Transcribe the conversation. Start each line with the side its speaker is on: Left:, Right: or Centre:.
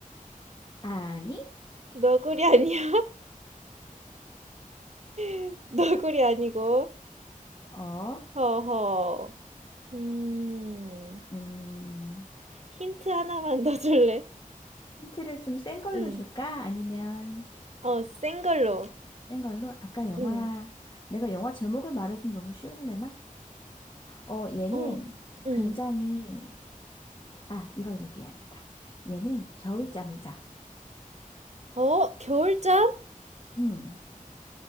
Left: 아니?
Right: 너구리 아니야? <laughs> 너구리 아니고.
Left: 어,
Right: 허허. 음,
Left: 음,
Right: 힌트 하나만 <laughs> 더 줄래?
Left: 힌트를 좀 센 걸로
Right: 응.
Left: 줄까? 아니면
Right: 어, 센 걸로.
Left: 센 걸로? 아까 영화,
Right: 응.
Left: 내가 영화 제목을 말해주면 너무 쉬울래나? 어, 얘는
Right: 어, 응.
Left: 굉장히, 아, 이걸 얘기해야겠다. 얘는 겨울잠을 자.
Right: 어, 겨울잠?
Left: 음,